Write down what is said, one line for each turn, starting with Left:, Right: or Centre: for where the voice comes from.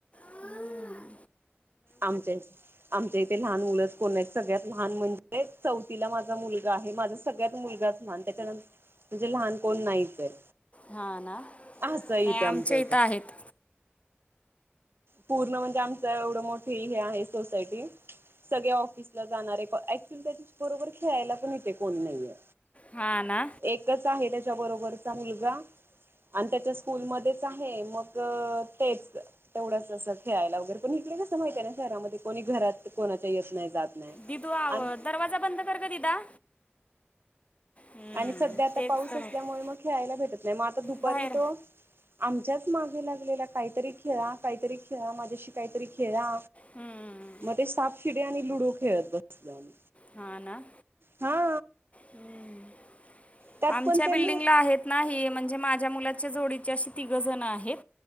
Left: हुं.
Right: आमच्या इथ आमच्या इथे लहान मुलंच कोण नाहीत सगळ्यात लहान म्हणजे चौथीला माझा मुलगा आहे माझा सगळ्यात मुलगाचं लहान, त्याच्यानं म्हणजे लहान कोण नाहीचं आहे.
Left: हा ना
Right: असं आहे
Left: नाही
Right: इथे आमच्या इथे.
Left: इथं आहेत
Right: पूर्ण म्हणजे आमचं एवढं मोठी हे आहे सोसायटी. सगळे ऑफिसला जाणारे प- ऍक्च्युली त्याच्या बरोबर खेळायला पण इथे कोण नाहीये.
Left: हा ना.
Right: एकचं आहे त्याच्याबरोबरचा मुलगा. आणि त्याच्या स्कूलमध्येच आहे मग तेच तेवढंच असं खेळायला वगैरे पण इथे कसं माहितीये ना शहरामध्ये कोणी घरात कोणाच्या येत नाही जात नाही
Left: दिदू आव
Right: आणि
Left: दरवाजा बंद कर ग दिदा. हम्म,
Right: आणि सध्या आता
Left: तेच
Right: पाऊस
Left: तर
Right: असल्यामुळे
Left: होत
Right: मग खेळायला भेटत नाही मग आता दुपारी
Left: बाहेर
Right: तो आमच्याच मागे लागलेला काहीतरी खेळा काहीतरी खेळा माझ्याशी काहीतरी खेळा.
Left: हम्म,
Right: मग ते सापशिडी आणि लुडो खेळत बसलो आमी.
Left: हा ना.
Right: हा.
Left: हम् <unintelligible>
Right: त्यात
Left: आमच्या
Right: पण त्यांना
Left: बिल्डिंगला आहेत ना हे म्हणजे माझ्या मुलाच्या जोडीचे अशे तिघं जणं आहेत.